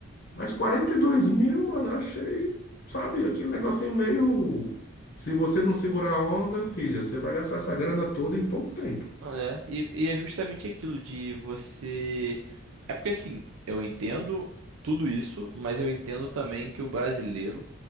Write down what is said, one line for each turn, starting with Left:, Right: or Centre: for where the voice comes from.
Left: Mas quarenta e dois mil, mano, eu achei, sabe, aquele negocinho meio. Se você não segurar a onda, filha, você vai gastar essa grana toda em pouco tempo.
Right: É, e, e é justamente aquilo de você. É porque assim, eu entendo tudo isso, mas eu entendo também que o brasileiro